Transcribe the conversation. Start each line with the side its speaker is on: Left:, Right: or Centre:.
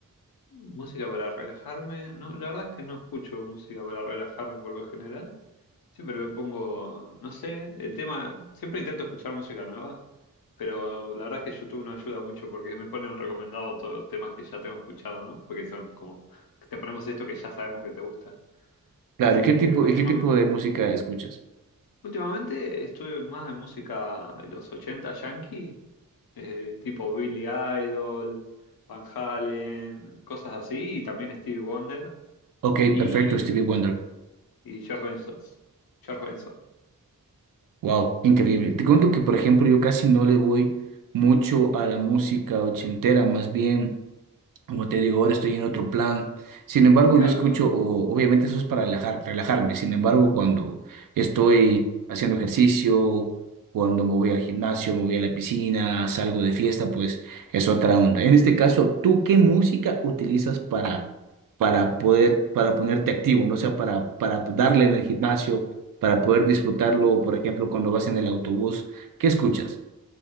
Left: Música para relajarme. No, la verdad es que no escucho música para relajarme por lo general. Siempre me pongo, no sé, el tema, siempre intento escuchar música nueva, pero la verdad es que YouTube no ayuda mucho porque me ponen recomendado todos los temas que ya tengo escuchado, ¿no? Porque son como, te ponemos esto que ya sabemos que te gusta.
Right: Claro,
Left: Así
Right: ¿y qué
Left: que
Right: tipo,
Left: últimamente,
Right: y qué tipo de música escuchas?
Left: últimamente estuve más en música de los 80 yankee, eh, tipo Billy Idol, Van Halen, cosas así, y también Stevie Wonder
Right: Ok,
Left: y,
Right: perfecto, Stevie Wonder.
Left: y George Benson. George Benson,
Right: Wow, increíble. Te cuento que, por ejemplo, yo casi no le voy mucho a la música ochentera, más bien. Como te digo, ahora estoy en otro plan. Sin embargo,
Left: claro,
Right: yo escucho,
Left: claro.
Right: o- obviamente eso es para relajar, relajarme. Sin embargo, cuando estoy haciendo ejercicio, cuando me voy al gimnasio, me voy a la piscina, salgo de fiesta, pues es otra onda. En este caso, ¿tú qué música utilizas para, para poder, para ponerte activo, ¿no? O sea, para, para darle en el gimnasio, para poder disfrutarlo, por ejemplo, cuando vas en el autobús, ¿qué escuchas?